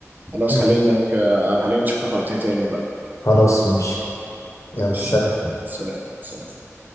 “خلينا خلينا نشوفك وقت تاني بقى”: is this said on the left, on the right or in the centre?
Right